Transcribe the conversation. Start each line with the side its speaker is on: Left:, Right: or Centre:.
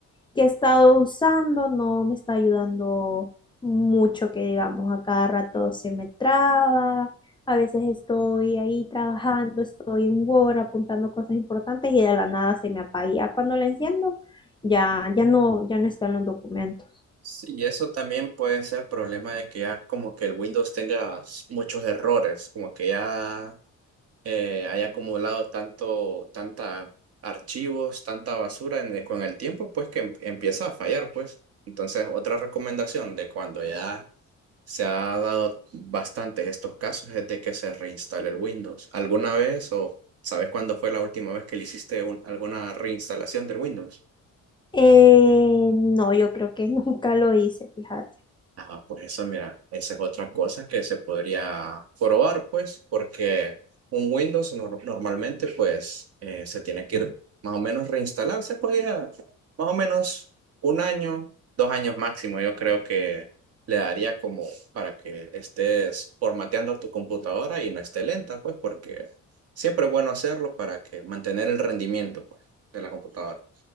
Left: que he estado usando no me está ayudando mucho, que digamos, a cada rato se me traba. A veces estoy ahí trabajando, estoy en Word apuntando cosas importantes y de la nada se me apaga. Y Ya cuando la enciendo, ya, ya no, ya no están los documentos.
Right: Sí, y eso también puede ser problema de que ya como que el Windows tenga s- muchos errores, como que ya eh, haya acumulado tanto, tanta archivos, tanta basura en el- con el tiempo, pues que em- empieza a fallar, pues. Entonces, otra recomendación de cuando ya se ha dado bastantes estos casos es de que se reinstale el Windows. ¿Alguna vez o sabes cuándo fue la última vez que le hiciste un- alguna reinstalación del Windows?
Left: Eh, no, yo creo que <laughs> nunca lo hice, fíjate.
Right: Ah, pues eso, mira, esa es otra cosa que se podría probar, pues, porque un Windows nor- normalmente, pues, eh, se tiene que ir más o menos reinstalar, se podía más o menos un año, dos años máximo, yo creo que le daría como para que estés formateando tu computadora y no esté lenta, pues, porque siempre es bueno hacerlo para que mantener el rendimiento, pues, de la computadora.